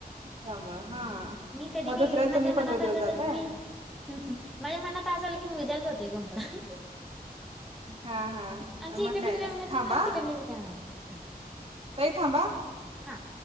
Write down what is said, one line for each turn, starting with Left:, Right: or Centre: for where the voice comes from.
Right: त्यामुळे हा
Centre: मी कधी
Right: मग दुसऱ्याला
Centre: बीऽऽ माझ्या
Right: तुम्ही
Centre: मनात
Right: पंधरा दिवस
Centre: आलं
Right: जाताय
Centre: तर मी,, माझ्या मनात आज आल की मी उद्याला जातोय गपलाऽऽ
Right: हा हा
Centre: आमचं
Right: मग
Centre: इकडली बी काय म्हणत
Right: थांबा
Centre: नाही, आणि तिकडली बी काय म्हणत नाही हऽऽ
Right: ताई थांबा.
Centre: हां,